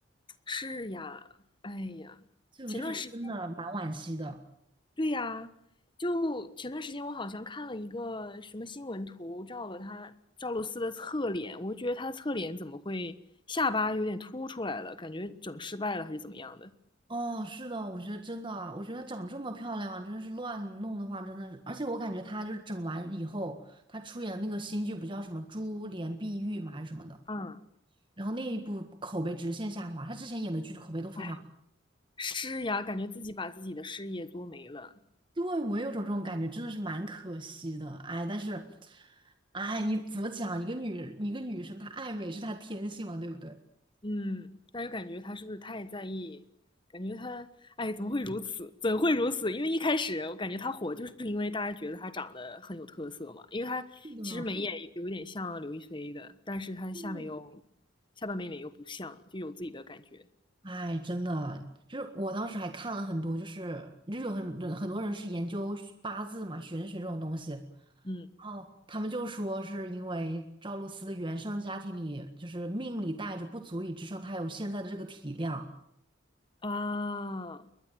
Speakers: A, on the left (about 25°); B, on the right (about 25°).
A: 是呀，哎呀，
B: 所以我就觉得真的蛮惋惜的。
A: 前段时间。对呀，就前段时间我好像看了一个什么新闻图，照了他赵露思的侧脸，我就觉得她侧脸怎么会下巴有点凸出来了，感觉整失败了还是怎么样的？
B: 哦，是的，我觉得真的啊，我觉得长这么漂亮，真的是乱弄的话，真的是，而且我感觉她就是整完以后，她出演的那个新剧不叫什么《珠帘碧玉》嘛，还是什么的，
A: 嗯，
B: 然后那一部口碑直线下滑，她之前演的剧口碑都非常。
A: 哎，施呀，感觉自己把自己的事业做没了。
B: 对，我也有种这种感觉，真的是蛮可惜的。哎，但是，哎，你怎么讲？一个女，一个女生她爱美是她天性嘛，对不对？
A: 嗯，但又感觉他是不是太在意？感觉他，哎，怎么会如此？怎会如此？因为一开始我感觉他火，就是因为大家觉得他长得很有特色嘛。因为他其实眉眼有一点像刘亦菲的，
B: 是的，
A: 但是他下面又
B: 对，
A: 下半边脸又不像，就有自己的感觉。
B: 哎，真的，就是我当时还看了很多，就是就有很很多人是研究八字嘛、玄学这种东西，然
A: 嗯
B: 后他们就说是因为赵露思的原生家庭里，就是命里带着不足以支撑她有现在的这个体量。
A: 啊，